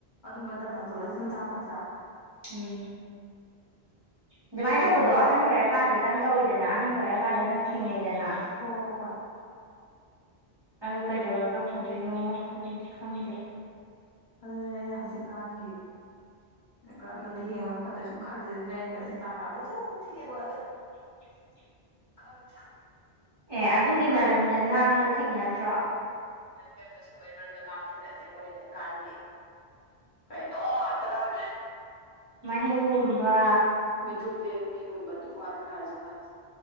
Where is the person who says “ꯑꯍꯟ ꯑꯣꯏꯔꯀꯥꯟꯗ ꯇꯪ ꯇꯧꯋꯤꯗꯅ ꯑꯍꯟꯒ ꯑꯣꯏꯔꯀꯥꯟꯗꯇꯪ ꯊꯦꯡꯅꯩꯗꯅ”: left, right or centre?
Right